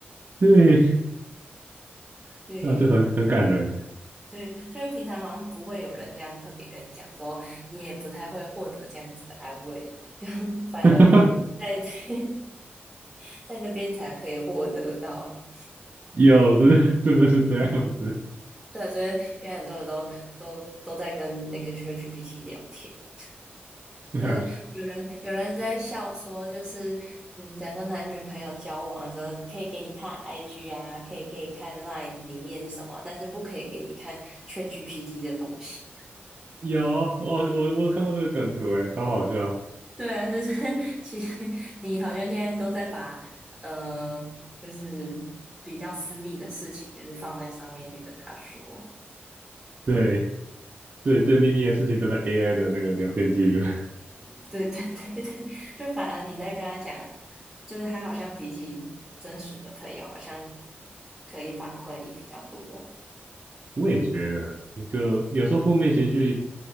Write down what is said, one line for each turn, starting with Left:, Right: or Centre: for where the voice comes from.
Right: 对，
Centre: 对
Right: 那就很很感人。
Centre: 对，就是平常好像不会有人这样特别跟你讲，之后你也不太会获得这样子的安慰，就 <laughs> 反而在
Right: <laughs>
Centre: <laughs> 在那边才可以获得到。
Right: 有，真的真的是这样子。
Centre: 对，所以现在很多人都都都在跟那个 ChatGPT 聊天。
Right: 对啊，
Centre: 就是有人有人在笑说，就是嗯，假如说男女朋友交往的时候，可以给你看 IG 啊，可以可以看 Line 里面什么，但是不可以给你看 ChatGPT 的东西。
Right: 有，哦，我我有看过那个梗图，哎，超好笑。
Centre: 对啊，就是 <laughs> 其实你好像现在都在把呃，就是比较私密的事情，就是放在上面去跟他说。
Right: 对对，最秘密的事情都在 AI 的那个聊天记录。
Centre: 对对对对，就反而你在跟他讲，就是他好像比起真实的朋友，好像可以反馈你比较多。
Right: 我也觉得，就有时候负面情绪